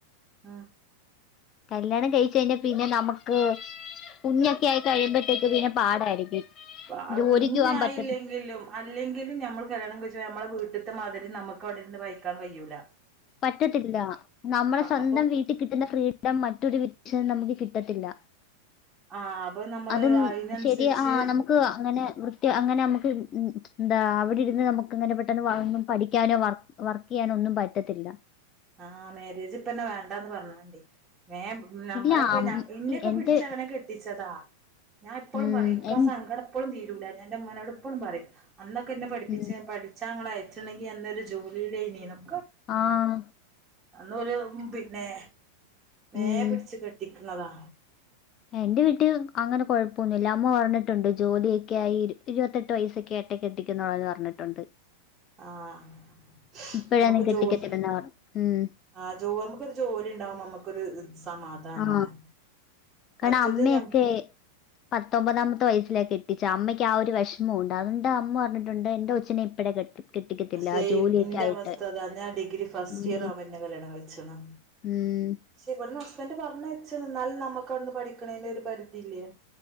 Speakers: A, on the right; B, on the left.
A: ഉം
B: കല്ല്യാണം കയ്ച്ച് കഴ്ഞ്ഞാ പിന്നെ നമുക്ക് കുഞ്ഞൊക്കെയായി കഴിയുമ്പോഴ്ത്തേക്ക് പിന്നെ പാടായിരിക്കും.
A: പാ
B: ജോലിക്ക്
A: കുഞ്ഞായില്ലെങ്കിലും
B: പോകാൻ പറ്റ
A: അല്ലെങ്കിലും ഞമ്മൾ കല്ല്യാണം കഴിച്ച് പോയാ അമ്മളെ വീട്ട്ത്തെ മാതിരി നമുക്ക് അവിടെര്ന്ന് വായിക്കാൻ കയ്യൂല.
B: പറ്റത്തില്ല നമ്മളെ സ്വന്തം
A: അപ്പൊ
B: വീട്ടി കിട്ടുന്ന ഫ്രീഡം മറ്റൊരു വീട്ട്ച്ചെന്നാ നമുക്ക് കിട്ടത്തില്ല.
A: ആഹ് അപ്പൊ നമ്മള്
B: അതും
A: അയിനനുസരിച്ച്
B: ശരി ആഹ്, നമു ക്ക് അങ്ങനെ വൃത്തി അങ്ങനെ അമുക്ക് ന്താ അവിടിരുന്ന് നമുക്ക്ങ്ങനെ പെട്ടെന്ന് വളർന്ന് പഠിക്കാനോ വർ വർക്കെയ്യാനൊന്നും പറ്റത്തില്ല.
A: ആഹ്, മേരേജ് ഇപ്പന്നെ വേണ്ടാന്ന് പർഞോണ്ടി. വേം ഞമ്മളൊക്കെ
B: ഇല്ല അം
A: ഞ ഇന്നെയൊക്കെ
B: എന്റെ
A: പിടിച്ചങ്ങനെ കെട്ടിച്ചതാ ഞാൻ എപ്പളും
B: ഉം
A: പറിയും ഇൻക്കാസങ്കട
B: എൻ
A: പ്പളും തീരൂല. ഞാൻ ന്റെ മ്മനോട് പ്പളും പറിം അന്നൊക്കെ ന്നെ പഠിപ്പിച്ചാ
B: ഉം
A: പഠി ച്ചാങ്ങളയച്ചുണ്ടെങ്കി ഞാ ന്നൊരു ജോലിയിലെയ്നീന്നും
B: ആഹ്.
A: അന്ന് ഓല് പിന്നെ മേ
B: ഉം
A: പിട്ച്ച് കെട്ടിക്ക്ന്നതാ
B: എന്റെ വീട്ടി അങ്ങനെ കൊഴപ്പൊന്നുല്ല അമ്മ പറഞ്ഞിട്ടുണ്ട് ജോലിയൊക്കെയായി ഇരു ഇരുവത്തെട്ട് വയസ്സൊക്കെ ആ ട്ടെ കെട്ടിക്കുന്ന് <unintelligible> പർഞ്ഞിട്ടുണ്ട്.
A: ആഹ്
B: ഇപ്പഴാണെ
A: നമുക്ക്
B: കെട്ടിക്കെത്തില്ലെന്ന്
A: ജോലി
B: പർ ഉം
A: ആഹ് ജോ അമുക്കൊരു ജോലിണ്ടാവുമ്പം അമ്മക്കൊര് സ് സമാധാനാണ്.
B: ആ കാരണം
A: മറ്റത്
B: അമ്മയൊക്കെ
A: ഞം
B: പത്തൊമ്പതാമത്തെ വയസ്സിലേ കെട്ടിച്ചെ അമ്മയ്ക്കാ ഒരു വെഷ് മുണ്ട് അതൊണ്ട അമ്മ പർഞ്ഞിട്ടുണ്ട് എന്റെ കൊച്ചിനെ ഇപ്പഴെ കെട്ടി കെട്ടിക്കത്തില്ല.
A: സെയിം
B: ജോലിയൊക്കെ
A: ഇന്റെ
B: ആയിട്ട്.
A: അവസ്ഥ അതാ ഞാൻ ഡിഗ്രി ഫസ്റ്റ്
B: ഉം.
A: ഇയർ ആവുമ്പൊ ഇന്നെ കല്ല്യാണം കഴിച്ചിണ്.
B: ഉം
A: പക്ഷേ ഇവട്ന്ന് ഹസ്ബെൻ്റ് പർഞ്ഞയ്ച്ച്ണ്. ന്നാലും നമുക്കവ്ട്ന്ന് പഠിക്കണേന്റൊര് പരിധിയില്ല്യേ